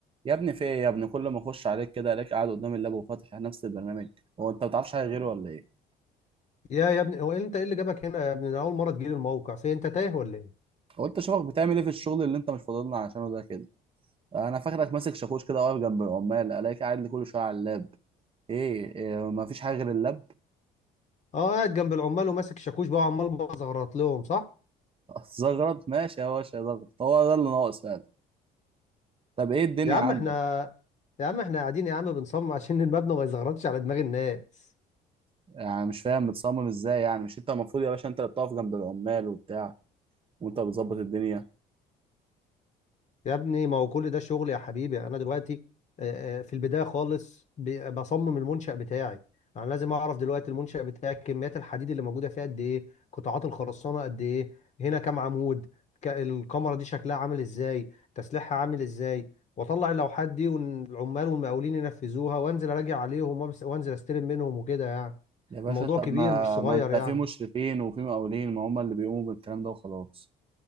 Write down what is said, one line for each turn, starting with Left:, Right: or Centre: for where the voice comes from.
Right: يا ابني في ايه يا ابني كل ما اخش عليك كده الاقيك قاعد قدام اللاب وفاتح نفس البرنامج هو انت ما بتعرفش حاجه غيره ولا ايه
Left: يا يا ابني هو إيه انت ايه اللي جابك هنا يا ابني انا اول مره تجيلي الموقع في انت تايه ولا ايه
Right: هو انت شوفك بتعمل ايه في الشغل اللي انت مش فاضلنا عشانه ده كده انا فاكرك ماسك شاكوش كده واقف جنب العمال الاقيك قاعد لي كل شويه على اللاب ايه, إيه ما فيش حاجه غير اللاب
Left: اه قاعد جنب العمال وماسك شاكوش بقى وعمال بزغرط لهم صح
Right: <laughs> زغرط ماشي يا باشا زغرط هو ده اللي ناقص فعلا طب ايه الدنيا
Left: يا عم
Right: عندك
Left: احنا يا عم احنا قاعدين يا عم بنصمم عشان <laughs> المبنى ما يزغرطش على دماغ الناس
Right: يعني مش فاهم متصمم ازاي يعني مش انت المفروض يا باشا انت اللي بتقف جنب العمال وبتاع وانت بتظبط الدنيا
Left: يا ابني ما هو كل ده شغل يا حبيبي انا دلوقتي آه، آه، في البدايه خالص ب- بصمم المنشأ بتاعي انا لازم اعرف دلوقتي المنشأ بتاعي كميات الحديد اللي موجوده فيها قد ايه قطاعات الخرسانه قد ايه هنا كام عمود ك- الكمره دي شكلها عامل ازاي تسليحها عامل ازاي واطلع اللوحات دي والعمال والمقاولين ينفذوها وانزل اراجع عليهم وأبس- وانزل استلم منهم وكده يعني
Right: يا باشا
Left: الموضوع
Right: طب
Left: كبير
Right: ما
Left: مش صغير
Right: ما انت
Left: يعني
Right: في مشرفين وفي مقاولين ما هم اللي بيقوموا بالكلام ده وخلاص